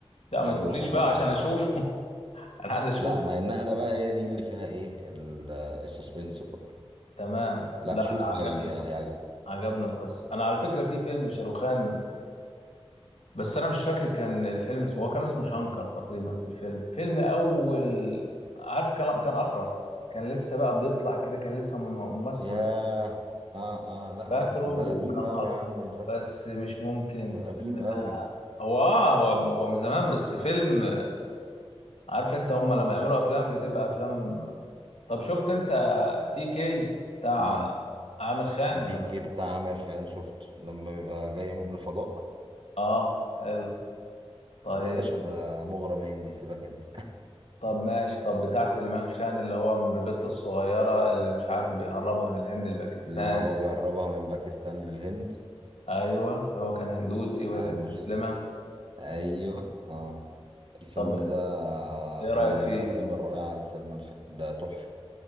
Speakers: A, on the left; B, on the right.
A: لا
B: لأن
A: ما تقوليش
B: هما
A: بقى
B: زي
A: عشان
B: بيخل
A: اشوفه <laughs> انا عايز اشوفه
B: لا ما هي النقلة بقى هي دي اللي فيها ايه ال- السسبنس كله
A: تمام
B: لا
A: لا
B: شوفوا
A: انا عجبني
B: هي هيعجبك
A: عجبني القصة انا على فكرة في فيلم شاروخان بس انا مش فاكر كان الفيلم اسمه هو كان اسمه شنكر تقريبا في الفيلم فيلم اول عارف كان كان اخرس كان لسه بقى بيطلع كده كان لسه م- ممثل
B: ياه
A: مش
B: اه اه لا
A: فاكره
B: عارفه
A: وكان
B: ده قديم قوي
A: اخ
B: يا عم ده
A: بس مش ممكن
B: ده
A: الفيلم
B: قديم
A: ده
B: قوي
A: هو اه هو هو من زمان بس فيلم عارف انت هم لما يعملوا افلام بتبقى افلام طب شفت انت بي كي بتاع
B: امم
A: عامر خان
B: بيكي
A: لما
B: بتاع عامر خان شفته لما بيبقى جاي من الفضاء
A: اه حلو طيب
B: يا باشا انت مغرم هندي سيبك انت
A: طب ماشي طب بتاع سليمان خان اللي هو البت الصغيرة اللي مش عارف بيهربها من الهند لباكستان
B: اللي هو بيهربها من باكستان للهند
A: ايوه هو كان هندوسي وهي
B: يا عم
A: كانت مسلمة
B: شفت ايوه اه الفيلم
A: طب
B: ده
A: ايه رأيك
B: من
A: فيه
B: الافلام الرائعه لسلمان خان ده تحفه